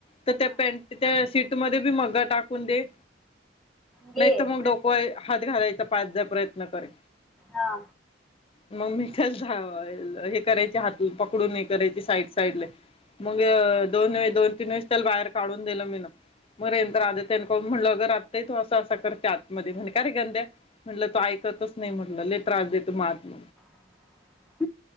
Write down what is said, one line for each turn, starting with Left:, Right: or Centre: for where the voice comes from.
Left: तर त्या पेन्ट त्या शीटमध्ये बी मग्गा टाकून दे.
Centre: घे.
Left: नाही तर मग डोकव हात घालायचा पळायच प्रयत्न करे
Centre: हा
Left: मग मी च धावा हे करायचे हात पकडून एक करायची साईड साईडले मग दोन व दोन तीन वेळेस त्याला बाहेर काढून दिलं मी न मर तर आधी त्यां म्हणलं अगं आत्या तू असं असं करते आतमध्ये म्हणे का रे करतो म्हटलं तू ऐक ऐकतच नाही म्हटलं लईच त्रास देतो मलाल
Centre: <inaudible>